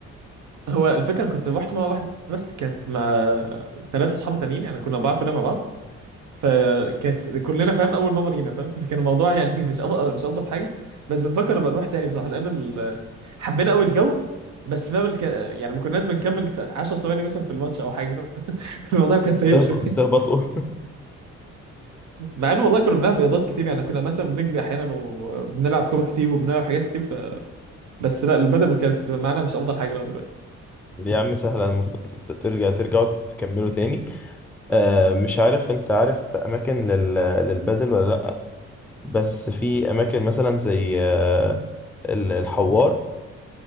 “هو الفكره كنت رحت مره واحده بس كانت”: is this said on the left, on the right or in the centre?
Right